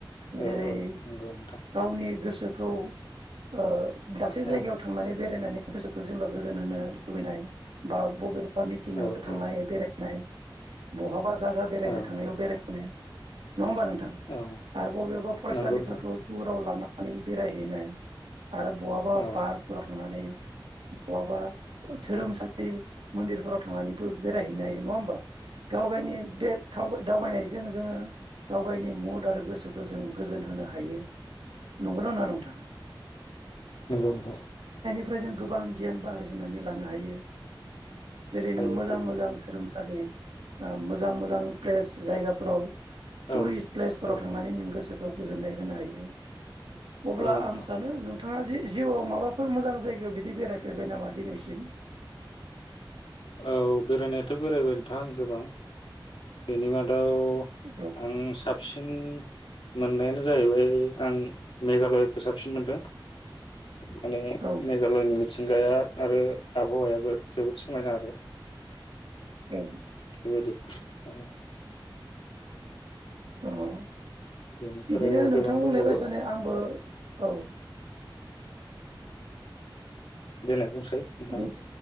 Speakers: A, on the left; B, on the right.
A: औ
B: जेरै
A: औ नंगौ नोंथां
B: गावनि गोसो गोसोखौ ओ दाबसे जायगायाव
A: औ
B: थांनानै बेरायनानै गोसोखौ जेनबा गोजोन होनो लुबैनाय बा बबे बा मिटिंआव
A: औ
B: थांनाय बेराय <unintelligible> बहाबा जागा बेरायनो
A: औ
B: थांनायाव बेराय <unintelligible> नङा होमबा नोंथां?
A: औ
B: आरो बबेबा फरायसालिफोरखौ
A: नंगौ नोंथां
B: टुराव लां बेरायहैनाय। आरो बहा बहाबा
A: औ
B: पार्कफोराव थांनानै बहाबा धोरोम
A: औ
B: सालि मन्दिरफोराव थांनानैबो बेरायहैनो हायो नङा होमबा? गाव गायनि बे थाव दावबायनायजों जोंङो गाव गायनि मुद आरो गोसोखौ गोजों गोजोन होनो हायो। नंगौना नंङा नोंथां?
A: नंगौ नोंथां।
B: फ्राय जों गोबां गियानबो आरजिनानै लानो हायो। जेरै
A: हायो
B: नों मोजां
A: हायो
B: मोजां धोरोम <unintelligible> ओ मोजां मोजां प्लेस। जायगाफोराव टुरिस्ट
A: औ
B: प्लेसफोराव
A: औ
B: थांनानै नों गोसो गाव गोजोननाय होनो हायो।
A: औ
B: अब्ला
A: नोंथां
B: आं सानो नोंथां नोंथांङा जिउआव माबाफोर मोजां जायगायाव बिदि बेरायफेरबाय नामा दिनैसिम?
A: औ बेरायनायाथ' बेरायबाय नोंथां गोबां बेनि मा दाव
B: औ
A: आं साबसिन मोननायानो जाहैबाय आं मेघालयखौ साबसिन मोनदों माने
B: औ
A: मेघालयनि मिथिंगाया आरो आबहावायाबो जोबोद समायना आरो
B: औ
A: बेबायदि औ
B: ओ
A: बेनिफ्राय
B: बिदिनो
A: गोबां
B: नोंथां बुंनाय
A: दंबावो
B: बायसानो आंबो औ
A: दे नों नोंथाङा
B: बिदि